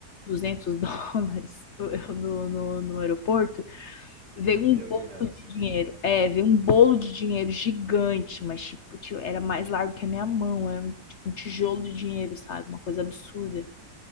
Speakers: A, on the left; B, on the right.
A: 200 <laughs> dólares no, no, no aeroporto,
B: Hum.
A: Veio
B: Um
A: um
B: milhão
A: bolo
B: de reais.
A: de dinheiro. É, veio um bolo de dinheiro gigante, mas tipo, tio, era mais largo que a minha mão. Era um- tipo um tijolo de dinheiro, sabe? Uma coisa absurda.